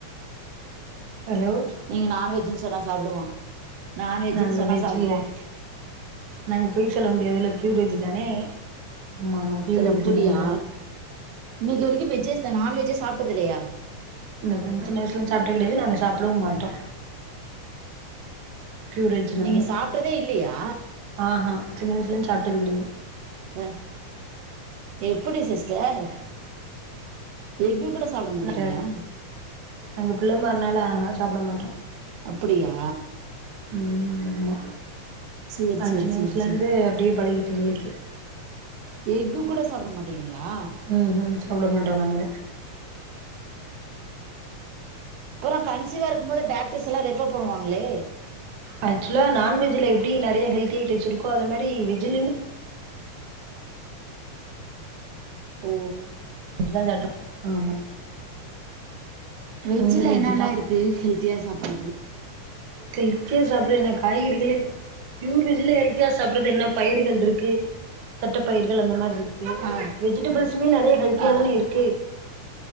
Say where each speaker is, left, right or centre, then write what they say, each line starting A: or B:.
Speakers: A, on the right; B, on the right.
A: ஹலோ
B: நீங்க நான்வெஜ்ஜுன்னு சொன்னா சாப்டுவா நான்வெஜ்ன்னு
A: நாங்க
B: சொன்னா
A: வெஜ்
B: சாப்புடுவான்
A: இல்ல நாங்க பொய் செல்ல வேண்டியது இல்ல ப்யூர் வெஜ் தானே ஆமா ஆமா பியூர்
B: செர் அப்படியா
A: வெஜ்ஜு நாங்க
B: இன்னைக்கு வரைக்கு வெஜ்ஜே நான்வெஜ்ஜே சாப்ட்டது இல்லையா
A: இந்த சின்ன வயசுலந்து சாப்ட்டது கெடையாது நாங்க சாப்பிடவும் மட்டோ பியூர்வெஜ் நாங்க
B: நீங்க சாப்ட்டதே இல்லையா
A: அஹ சின்ன வயசுலருந்து சாப்ட்டது கிடையாது
B: ப்ப எப்படி சிஸ்டர் எக்கு கூட சாப்பிட மாட்டீங்களா
A: சார் நாங்க பிள்ளமார்னால அதுலா சாப்பிட மாட்டோ
B: அப்படியா
A: ஆமா ஆமா
B: சேரி
A: நா
B: சேரி
A: சின்ன
B: சேரி
A: வயசுல
B: சேரி
A: இருந்தே அப்டியே பழகிட்டு எங்களுக்கே
B: எக்கு கூட சாப்பிட மாட்டீங்களா
A: ம்ஹு சாப்பிட மாட்டோ நாங்க
B: அப்றோ கன்சீவா இருக்கும்போது டாக்டர்ஸ் எல்லா ரெஃபர் பண்ணுவாங்களே
A: ஆக்சுவலா நான்வெஜ்ல எப்படி நறைய ஹெல்தி ஐட்டம்ஸ் இருக்கோ அத மாரி வெஜூலயுமே
B: ஓ
A: அப்டிதா சாப்ட்டோ ஆமா
B: வெஜ்ல
A: பியூர் வெஜ்ஜு
B: என்னெல்லா
A: தா
B: இருக்கு ஹெல்த்தியா சாப்புட்றது
A: ஹெல்த்தியா சாப்புறது என்ன காய்கறிகளே பியூர் வெஜ்ல ஹெல்த்தியா சாப்பிட்றது என்ன பயிர்கள் இருக்கு தட்டப்பயிர்கள் அந்த மாரி இருக்கு
B: ஆ
A: வெஜிடபிள்ஸுமே நிறைய ஹெல்த்தியா
B: ஆ
A: தானே இருக்கு